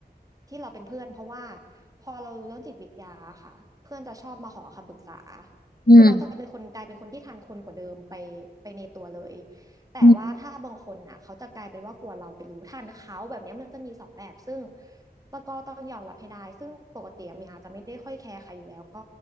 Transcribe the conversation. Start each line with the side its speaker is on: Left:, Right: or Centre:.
Right: ที่เราเป็นเพื่อนเพราะว่าพอเรารู้เรื่องจิตวิทยาค่ะเพื่อนจะชอบมาขอคำปรึกษา
Left: อืม
Right: คือเราจะเป็นคนกลายเป็นคนที่ทันคนกว่าเดิมไปไปในตัวเลยแต่ว่าถ้าบางคนน่ะเขาจะกลายเป็นว่ากลัวเราไปรู้ทันเขาแบบเนี้ยมันจะมีสองแบบซึ่ง
Left: อืม
Right: ตะก็ต้องยอมรับให้ได้ซึ่งปกติเมียอาจจะไม่ได้ค่อยแคร์ใครอยู่แล้วก็